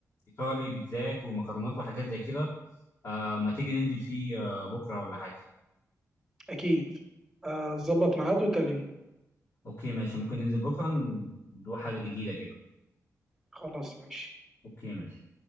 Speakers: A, on the left (about 50°); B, in the centre.
A: ايطالي بيتزات ومكرونات وحاجات زي كده آه ما تيجي ننزل فيه آه بكره ولا حاجه
B: أكيد آه، ظبط ميعاد وكلمني
A: اوكي ماشي ممكن ننزل بكره ندوق حاجه جديده كده
B: خلاص ماشي
A: اوكي ماشي